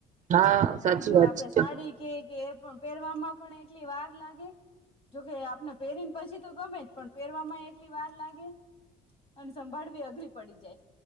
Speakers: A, on the right (about 45°); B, on the left (about 35°).
A: હા સાચી
B: બીજું
A: વાત
B: આપડે
A: છે
B: સાડી કે કે પણ પહેરવામાં પણ એટલી વાર લાગે જોકે આપને પહેરીને પછી તો ગમે જ પણ પહેરવામાં એટલી વાર લાગે અને સંભાળવી અઘરી પડી જાય